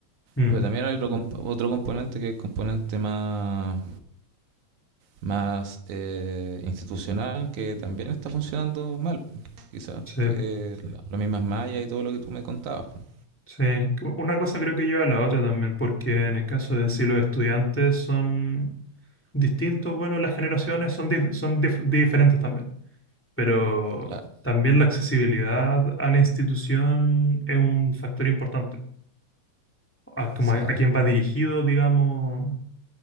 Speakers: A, in the centre; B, on the right.
A: mm,
B: pero también hay otro, comp- otro componente que es el componente más, más eh, institucional que también está funcionando mal. Quizás
A: sí,
B: que la- las mismas mallas y todo lo que tú me contabas. pues,
A: sí. Una cosa creo que lleva a la otra también, porque en el caso de si los estudiantes son distintos, bueno, las generaciones son, dif- son dif- diferentes también, pero
B: Claro,
A: también la accesibilidad a la institución es un factor importante, a, como
B: sí,
A: a, a quién va dirigido, digamos,